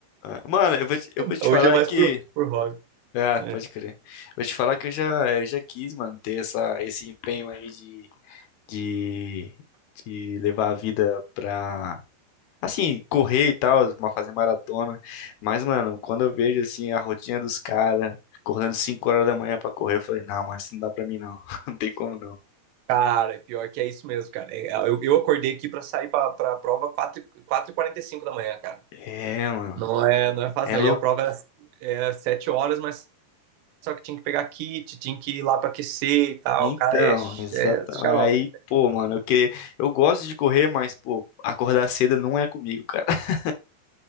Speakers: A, on the left; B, on the right.
A: Mano, eu vou te, eu
B: <laughs>
A: vou te
B: Hoje
A: falar
B: é mais
A: que
B: por, por hobby.
A: ah,
B: né?
A: pode crer. Eu vou te falar que eu já, eu já quis, mano, ter essa, esse empenho aí de, de, de levar a vida pra, Assim, correr e tal, ma- fazer maratona. Mas, mano, quando eu vejo assim a rotina dos caras acordando 5 horas da manhã pra correr, eu falei, não, mano, isso não dá pra mim não. <laughs> Não tem como não.
B: Cara, é pior que é isso mesmo, cara. É, é, Eu, eu acordei aqui pra sair pra, pra prova quatro e- quatro e quarenta e cinco da manhã, cara.
A: É, mano.
B: Não é, não é fácil,
A: É
B: não.
A: louco.
B: E a prova era, era 7 horas, mas só que tinha que pegar kit, tinha que ir lá pra aquecer e tal.
A: Então,
B: Cara, é, é
A: exatamente.
B: xarope.
A: Aí, pô, mano, eu que eu gosto de correr, mas, pô, acordar cedo não é comigo, cara. <laughs>